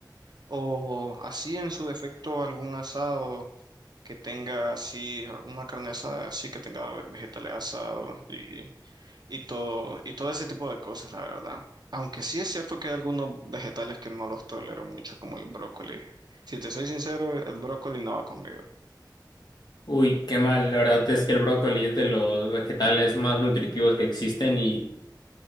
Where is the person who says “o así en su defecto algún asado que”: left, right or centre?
Right